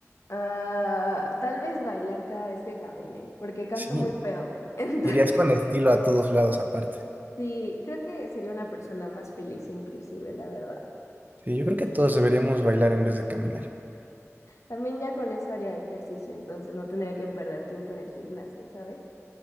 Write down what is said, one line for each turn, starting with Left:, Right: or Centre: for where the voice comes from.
Left: Ah, tal vez bailar cada vez que camine, porque canto
Right: Sí,
Left: muy feo. <laughs> Entonces,
Right: irías con estilo a todos lados aparte.
Left: sí, creo que sería una persona más feliz inclusive, la verdad.
Right: Sí, yo creo que todos deberíamos bailar en vez de caminar.
Left: También ya con eso haría ejercicio, entonces no tendría que perder tiempo en el gimnasio, ¿sabes?